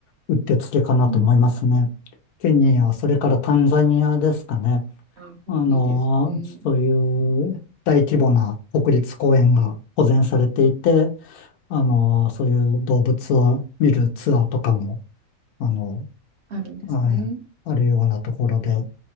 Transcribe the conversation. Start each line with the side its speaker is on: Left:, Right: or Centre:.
Left: うってつけかなと思いますね。
Right: うん。
Left: ケニア、それからタンザニアですかね。
Right: あ、
Left: あのー、
Right: いいですね。
Left: そういう大規模な国立公園が保全されていて、あのー、そういう動物を見るツアーとかも、あの、
Right: あるんですね。
Left: はいあるようなところで、